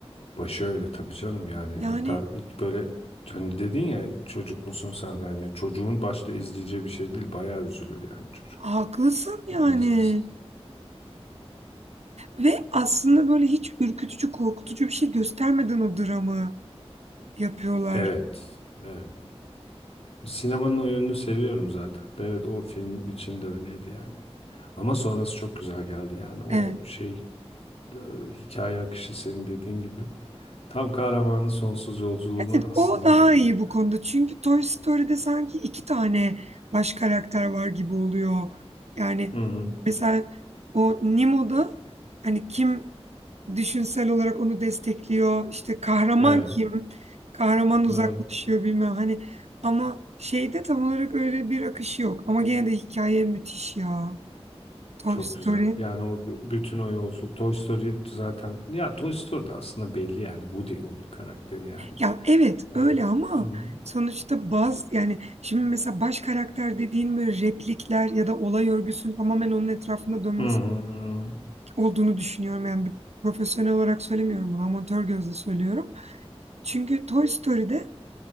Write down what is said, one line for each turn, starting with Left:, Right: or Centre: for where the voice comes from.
Left: Başı öyle tabii canım yani
Right: Yani
Left: hatta ilk böyle hani dedin ya çocuk musun sen bence çocuğun başta izleyeceği bir şey değil bayağı üzülür yani çocuk
Right: haklısın yani.
Left: onu izlesin.
Right: Ve aslında böyle hiç ürkütücü, korkutucu bir şey göstermeden o dramı yapıyorlar.
Left: Evet evet o sinemanın o yönünü seviyorum zaten evet o film için de öyleydi yani ama sonrası çok güzel geldi yani o
Right: Evet.
Left: şey e, hikaye akışı senin dediğin gibi tam kahramanın sonsuz yolculuğuna
Right: Evet,
Left: aslında
Right: o daha
Left: benziyor
Right: iyi bu
Left: yani.
Right: konuda. Çünkü Toy Story'de sanki iki tane baş karakter var gibi oluyor. Yani
Left: Hı hı.
Right: mesela o Nemo'da hani kim düşünsel olarak onu destekliyor. İşte kahraman
Left: Evet
Right: kim? Kahraman uzaklaşıyor
Left: doğru.
Right: bilmem hani ama şeyde tam olarak öyle bir akış yok. Ama gene de hikaye müthiş ya. Toy
Left: Çok
Right: Story.
Left: güzel. Yani o b- bütün o yolculuk. Toy Story zaten ya Toy Story de aslında belli yani. Woody onun karakteri yani.
Right: Ya evet
Left: Hani
Right: öyle ama
Left: hmm.
Right: sonuçta baz yani şimdi mesela baş karakter dediğin böyle replikler ya da olay örgüsünün tamamen onun etrafında dönmesi
Left: Hı hı hı.
Right: olduğunu düşünüyorum. Yani bir profesyonel olarak söylemiyorum bunu amatör gözle söylüyorum. Çünkü Toy Story'de